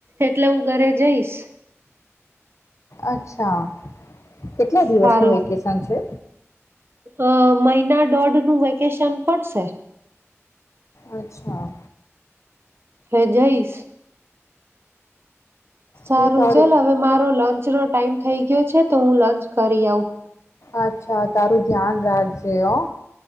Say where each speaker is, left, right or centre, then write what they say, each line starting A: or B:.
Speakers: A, on the right; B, on the left.
A: એટલે હું ઘરે જઈશ.
B: અચ્છા. અચ્છા, કેટલા દિવસનું
A: સારું
B: વેકેશન છે?
A: અ મહિના દોઢ મહિનાનું વેકેશન પડશે.
B: અચ્છા.
A: હે જઈશ. સારું
B: તું તારું
A: ચલ હવે મારો લંચ નો ટાઈમ થઈ ગયો છે તો હું લંચ કરી આઉં.
B: અચ્છા તારું ધ્યાન રાખજે હા.